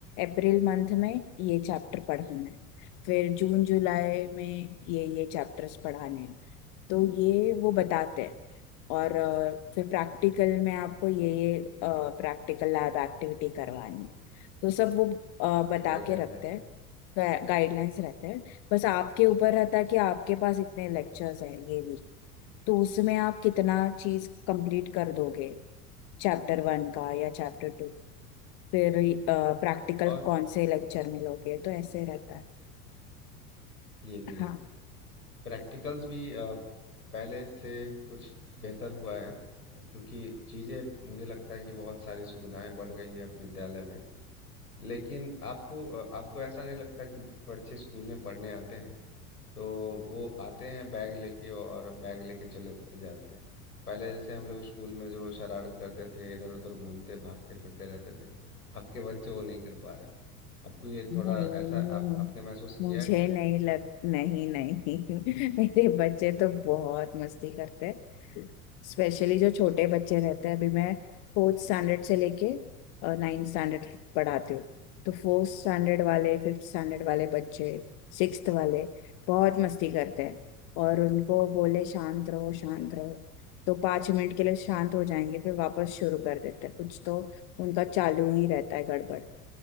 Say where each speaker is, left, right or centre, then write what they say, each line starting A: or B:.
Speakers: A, on the left; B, on the left.
A: अप्रैल मंथ में ये चैप्टर पढ़ाना है फिर जून जुलाई में ये ये चैप्टर्स पढ़ाने हैं तो ये वो बताते हैं और अ, फिर प्रैक्टिकल में आपको ये ये प्रैक्टिकल लैब एक्टिविटी करवानी है तो सब वो अ, बता
B: गाइडलाइंस
A: के रखते
B: रहते
A: हैं
B: हैं
A: गाइडलाइंस रहते हैं बस आपके ऊपर रहता है कि आपके पास इतने लेक्चर्स हैं ये वीक तो उसमें आप कितना चीज कंप्लीट कर दोगे चैप्टर वन का या चैप्टर टू फिर प्रैक्टिकल
B: और
A: कौन से लेक्चर में लोगे तो ऐसे रहता है
B: हाँ, ये भी
A: हाँ
B: है प्रैक्टिकल्स भी अ, पहले से कुछ बेहतर हुआ है क्योंकि चीज़ें मुझे लगता है कि बहुत सारी सुविधाएं बढ़ गई है अब विद्यालय में लेकिन आपको अ, आपको ऐसा नहीं लगता कि बच्चे स्कूल में पढ़ने आते हैं तो वो आते हैं बैग लेके और बैग लेके चले जाते हैं पहले जैसे हम लोग स्कूल में जो शरारत करते थे इधर उधर घूमते भागते फिरते रहते थे अब के बच्चे वो नहीं कर पा रहे आपको ये
A: नहीं
B: थोड़ा ऐसा आप आपने महसूस
A: मुझे
B: किया क्या
A: नहीं लग नहीं नहीं <laughs> मेरे बच्चे तो बहुत मस्ती करते हैं स्पेशली जो छोटे बच्चे रहते हैं अभी मैं फोर्थ स्टैंडर्ड से लेके नाइन्थ स्टैंडर्ड पढ़ाती हूँ तो फोर्थ स्टैंडर्ड वाले फिफ्थ स्टैंडर्ड वाले बच्चे सिक्स्थ वाले बहुत मस्ती करते हैं और उनको बोले शांत रहो शांत रहो तो पाँच मिनट के लिए शांत हो जाएंगे फिर वापस शुरू कर देते हैं कुछ तो उनका चालू ही रहता है गड़बड़